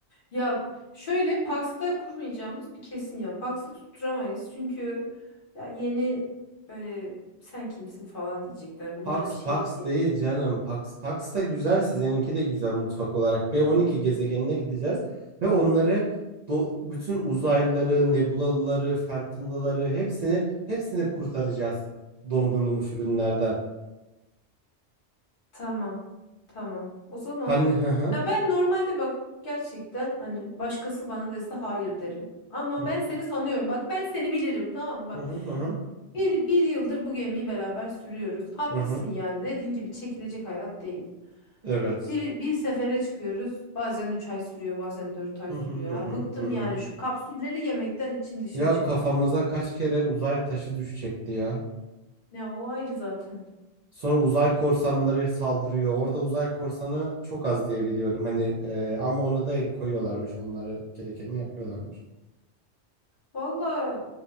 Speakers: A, on the left (about 55°); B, on the right (about 55°).
A: Ya şöyle Pax'ta kurmayacağımız bir kesin ya. Pax'ta tutturamayız. Çünkü ya yeni böyle sen kimsin falan diyecekler. Bunlar
B: Pax
A: bir şey
B: Pax
A: de
B: değil canım. Pax Pax da güzel. Sizininki de güzel mutfak olarak. B12 gezegenine gideceğiz ve onları bu bütün uzaylıları, nebulalıları, phantom'lıları hepsini hepsini kurtaracağız dondurulmuş ürünlerden.
A: Tamam. Tamam. O zaman
B: Hani hı hı
A: ya ben normalde bak gerçekten hani başkası bana dese hayır derim. Ama
B: hı hı
A: ben seni sanıyorum. Bak ben seni bilirim. Tamam mı? Bak
B: hı hı hı hı,
A: bir, bir yıldır bu gemiyi beraber sürüyoruz. Haklısın
B: hı hı.
A: yani. Dediğin gibi çekilecek hayat değil.
B: Evet.
A: Bir, bir sefere çıkıyoruz. Bazen 3 ay sürüyor, bazen 4 ay
B: Hı
A: sürüyor.
B: hı hı
A: Ha,
B: hı
A: Bıktım
B: hı. hı.
A: yani şu kapsülleri yemekten içim dışım
B: Ya
A: çıktı.
B: kafamıza kaç kere uzay taşı düşecekti ya.
A: Ya o ayrı zaten.
B: Sonra uzay korsanları saldırıyor. Orada uzay korsanı çok az diye biliyorum. Hani e, ama ona da el koyuyorlarmış. Onları gerekeni yapıyorlarmış.
A: Valla